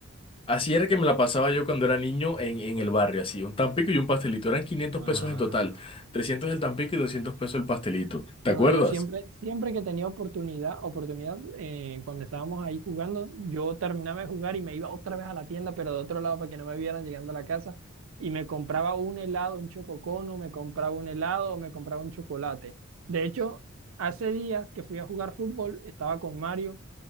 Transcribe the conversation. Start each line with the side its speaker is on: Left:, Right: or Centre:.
Left: Así era que me la pasaba yo cuando era niño en, en el barrio, así, un tampico y un pastelito. Eran quinientos
Right: Ah,
Left: pesos en total, 300 el tampico y 200 pesos el pastelito. ¿Te
Right: No,
Left: acuerdas?
Right: yo siempre, siempre que tenía oportunidad, oportunidad, eh, cuando estábamos ahí jugando, yo terminaba de jugar y me iba otra vez a la tienda, pero de otro lado para que no me vieran llegando a la casa, y me compraba un helado, un chococono, me compraba un helado o me compraba un chocolate. De hecho, hace días que fui a jugar fútbol, estaba con Mario.